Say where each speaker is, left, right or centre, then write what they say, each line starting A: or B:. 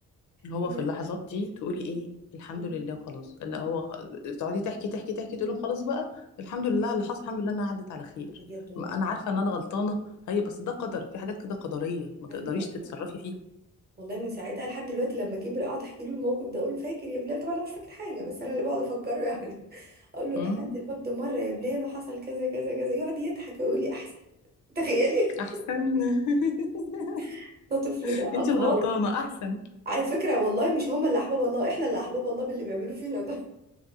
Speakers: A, on the left (about 75°); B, on the right (about 35°).
A: هو
B: لا
A: في اللحظات دي تقولي ايه الحمد
B: مم.
A: لله وخلاص لا
B: آه،
A: هو خ- تقعدي تحكي تحكي تحكي تقول لهم خلاص بقى الحمد لله على اللي حصل الحمد لله انها عدت على خير
B: بجد والله
A: ما انا
B: العظيم
A: عارفه ان انا غلطانه هي بس ده قدر في حاجات كده قدريه ما تقدريش
B: ايوه ايوه
A: تتصرفي فيها
B: والله من ساعتها لحد دلوقتي لما كبر اقعد احكي له الموقف ده اقول له فاكر يا بلال طبعا انا مش فاكر حاجه بس انا اللي بقعد افكره يعني <laughs> اقول له
A: امم
B: قفلت الباب ده مره يا بلال وحصل كذا كذا كذا يقعد يضحك ويقول لي احسن تخيلي
A: احسن <laughs>
B: <laughs> ده طفل ده
A: انت
B: اطفال
A: الغلطانه احسن
B: على فكره والله مش هما اللي احباب الله احنا اللي احباب الله باللي بيعملوه فينا ده